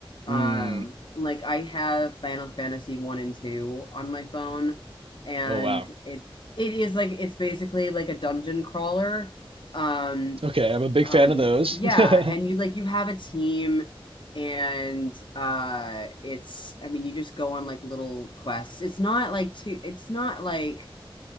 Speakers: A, on the right; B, on the left.
A: mm,
B: Um, like I have Final Fantasy one and two on my phone, and
A: oh wow.
B: it it is like it's basically like a dungeon crawler. Um,
A: Okay,
B: b-
A: I'm a big
B: um,
A: fan of those.
B: yeah,
A: <laughs>
B: and you like you have a team, and uh, it's I mean you just go on like little quests. It's not like too. It's not like